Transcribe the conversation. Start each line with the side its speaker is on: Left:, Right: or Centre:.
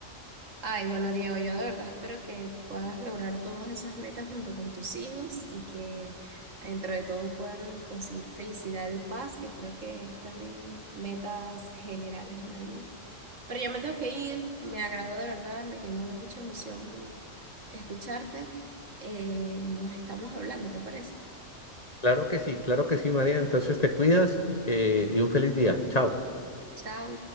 Right: Ay, bueno, Diego, yo de verdad espero que puedas lograr todas esas metas junto con tus hijos y que dentro de todo puedan conseguir felicidad y paz, que creo que es también metas generales de la vida. Pero ya me tengo que ir, me agradó de verdad, me llenó de mucha emoción escucharte. Eh, nos estamos hablando, ¿te parece?
Left: Claro que sí, claro que sí, María. Entonces te cuidas eh, y un feliz día. Chao.
Right: Chao.